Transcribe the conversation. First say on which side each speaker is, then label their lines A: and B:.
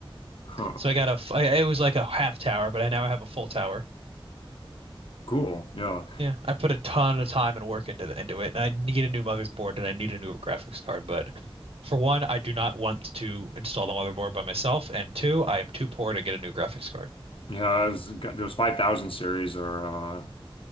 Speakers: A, on the left; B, on the right.
A: huh.
B: So I got a f- I, it was like a half tower, but I now have a full tower.
A: Cool. Yeah.
B: Yeah, I put a ton of time and work into the, into it, and I need a new motherboard and I need a new graphics card. But for one, I do not want to install the motherboard by myself, and two, I am too poor to get a new graphics card.
A: Yeah, it was, got- those 5000 series are uh